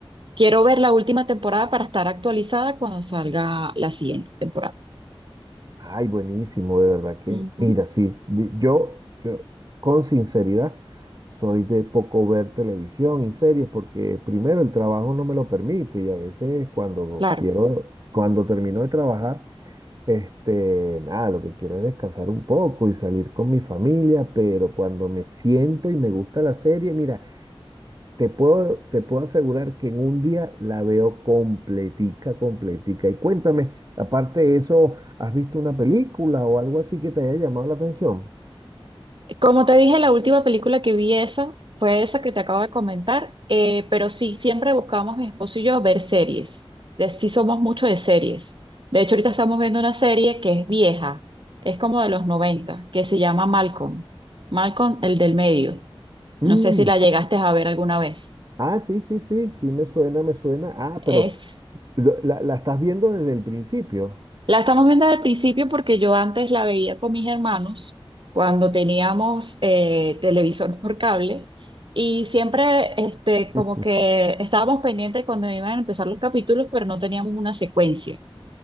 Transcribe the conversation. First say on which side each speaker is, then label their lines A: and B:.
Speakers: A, on the right (about 55°); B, on the right (about 40°).
A: Quiero ver la última temporada para estar actualizada cuando salga la siguiente temporada.
B: Ay, buenísimo, de verdad que,
A: Ujú,
B: mira, sí, di- yo, yo con sinceridad soy de poco ver televisión y series porque primero el trabajo no me lo permite y a veces cuando
A: Claro.
B: quiero, cuando termino de trabajar, Este, nada, lo que quiero es descansar un poco y salir con mi familia, pero cuando me siento y me gusta la serie, mira, te puedo, te puedo asegurar que en un día la veo completica, completica. Y cuéntame, aparte de eso, ¿has visto una película o algo así que te haya llamado la atención?
A: Como te dije, la última película que vi esa fue esa que te acabo de comentar, eh, pero sí, siempre buscamos mi esposo y yo ver series. De- sí somos mucho de series. De hecho, ahorita estamos viendo una serie que es vieja, es como de los noventa que se llama Malcolm. Malcolm, el del medio.
B: Mm,
A: No sé si la llegaste a ver alguna vez.
B: ah, sí, sí, sí, sí me suena, me suena. Ah, pero
A: Es
B: lo- la, la estás viendo desde el principio.
A: La estamos viendo al principio porque yo antes la veía con mis hermanos cuando teníamos eh, televisor por cable y siempre este, como
B: <laughs>
A: que estábamos pendientes cuando iban a empezar los capítulos, pero no teníamos una secuencia.